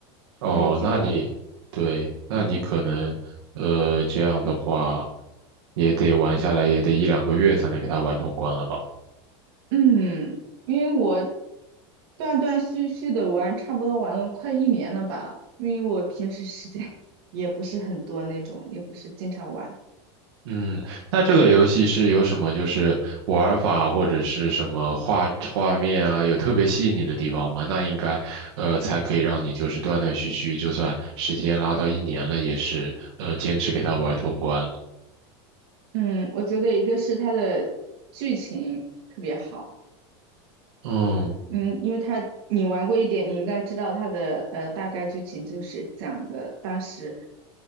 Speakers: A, on the right; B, on the right.
A: 哦，
B: 不太记得了。
A: 那你，对，那你可能，
B: 嗯。
A: 呃，这样的话，也得玩下来，也得一两个月才能给它玩通关了吧？
B: 嗯，因为我断断续续的玩，差不多玩了快一年了吧。因为我平时时间 <laughs> 也不是很多那种，也不是经常玩。
A: 嗯，那这个游戏是有什么就是玩法或者是什么画画面啊，
B: 嗯
A: 有特别吸引你的地方吗？那应该，呃，才可以让你就是断断续续，就算时间拉到一年了，也是，呃，坚持给它玩通关了。
B: 嗯，我觉得一个是它的剧情特别好。
A: 嗯
B: 嗯，因为他你玩过一点，你应该知道他的呃大概剧情就是讲的当时，